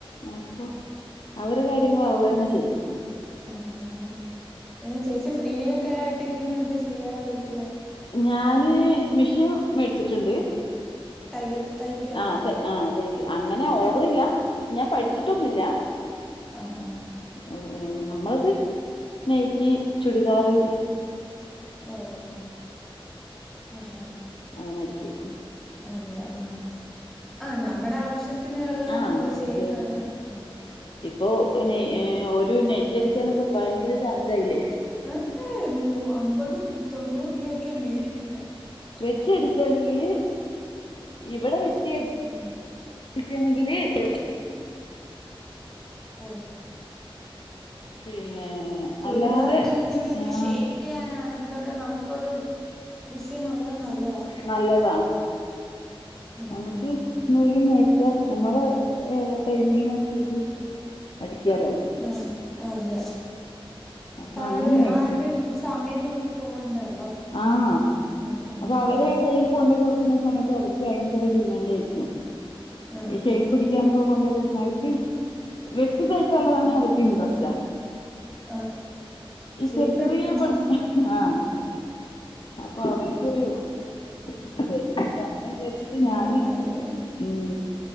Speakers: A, on the left; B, in the centre.
A: അപ്പൊ അവരെ കാര്യങ്ങള് അവളെന്നേ ചെയ്യും.
B: ആഹ് ചേച്ചി ഫ്രീ ഒക്കെ ആയിട്ടിരിക്കുമ്പോ എന്താ ചെയ്യാറ് വീട്ടില്?
A: ഞാന് മിഷ്യൻ മേടിച്ചിട്ടുണ്ട്.
B: തയ്യ തയ്ക്കുവല്ലേ
A: ആഹ് തൈ ആഹ് തൈക്കും അങ്ങനെ ഓവറില്ല ഞാൻ പഠിച്ചിട്ടൊന്നുമില്ല.
B: ആഹ്
A: ഉം എഹ് ഞമ്മളത് നെയ്റ്റി ചുരിദാറ്.
B: ഓഹ് ഓഹ് ആഹ് ആഹ്
A: അങ്ങനെ ആടിക്കും ഉം
B: അതെ ആഹ് ആ നമ്മടെ ആവശ്യത്തിന്ള്ളത്
A: ആ
B: നമ്മൾ ചെയ്യുന്ന്
A: അതെ
B: ആഹ് ആഹ്
A: ഇപ്പൊ നെ ഒരു നെറ്റി അടിക്കാനൊക്കെ ഭയങ്കര ചാർജ് ആയില്ലേ?
B: അതെ നൂ അമ്പതും തൊണ്ണൂറ് രൂപയക്കെയാ മേടിക്കുന്ന
A: വെ വെട്ടിയടിക്കയാണെങ്കിൽ ഇവിടെ വെട്ടി
B: ഉം
A: <unintelligible> യാണെങ്കില് ഏഹ്
B: ഓഹ്
A: പിന്നെ
B: ചുരിദാറൊക്കെ
A: അല്ലാതെ
B: ഉണ്ടെങ്കിൽ ഒന്ന്
A: ആ
B: ഷേയ്പ്പ് ചെയ്യാനാണെങ്കിലൊക്കെ നമക്ക് ക്കൊരു മിഷേനുള്ളത് നല്ലതാ
A: നല്ലതാ
B: ഉം
A: നമുക്ക്
B: ഉം
A: നൂലും മേടിച്ചാ ഞമ്മള ഏഹ് ടൈമിങ്നനുസരിച്ച് അടിക്കാലോ
B: ആഹ് അതെ
A: അപ്പൊ
B: ആര്
A: അങ്ങനെ മേടിച്ചു
B: ആരുടെ സമയം നോക്കി പോവണ്ടല്ലോ
A: ആഹ്
B: ഉം
A: അത്
B: ഉം.
A: അവര് കൈ കൊണ്ടോയ് കൊടുക്കുന്ന സമയത്ത് അവർക്ക് ഭയങ്കര ഡിമാന്റായിരിക്കും
B: ആ
A: അഹ്
B: അതെ
A: ശയ്‌പ്പടി ക്കാനൊക്കെ കൊണ്ടോയ് കൊടുക്കുന്ന അവർക്ക് വെട്ടി തൈക്കാനുള്ളതാണേ അവർക്ക് ഇൻട്രസ്റ്റാ
B: ആ
A: ഈ
B: ഷേപ്പടിക്കുമ്പോ
A: ചെർ ചെറിയ ബൾ ആഹ് അപ്പൊ അവർക്കൊരു
B: ഉം
A: ബുദ്ധിമുട്ടായിരിക്കും അപ്പ അങ്ങനെ വിചാരിച്ചിട്ട്
B: മടുപ്പായിരിക്കും
A: ഞാന് ഉം